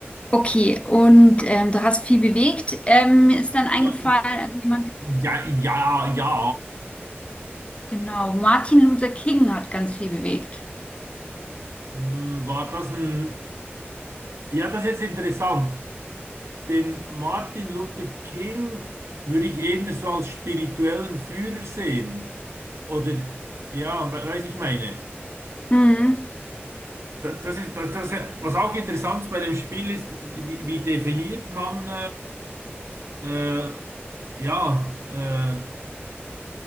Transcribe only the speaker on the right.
Ja,
ja, ja, ja, ja.
Hm, War das ein... Ja, das ist jetzt interessant. Den Martin Luther King würde ich eher so als spirituellen Führer sehen. Oder, ja, we- weiß ich meine.
Da- Das ist, das, das, was auch interessant bei dem Spiel ist, wie, wie definiert man, äh, äh, ja, äh,